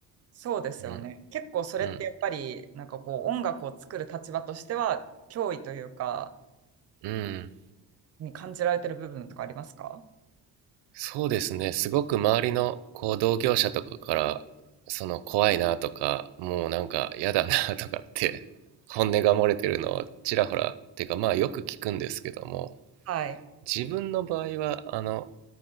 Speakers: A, on the right; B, on the right.
A: そうですよね。
B: うん
A: 結構それってやっぱりなんかこう音楽を作る立場としては脅威というか、
B: うんうん
A: に感じられてる部分とかありますか
B: そうですねすごく周りのこう同業者とかからその怖いなとかもうなんか嫌だなとかって本音が漏れてるのをちらほらっていうかまあよく聞くんですけども
A: はい。
B: 自分の場合は、あの、